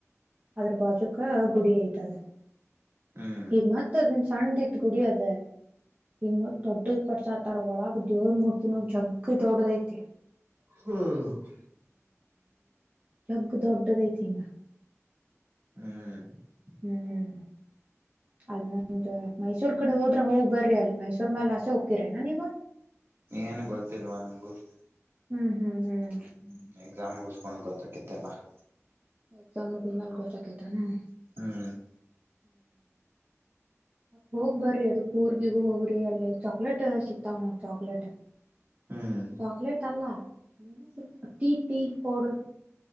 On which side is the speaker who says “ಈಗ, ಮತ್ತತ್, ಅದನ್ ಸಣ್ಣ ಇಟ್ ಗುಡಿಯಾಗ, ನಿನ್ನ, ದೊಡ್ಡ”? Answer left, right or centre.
Right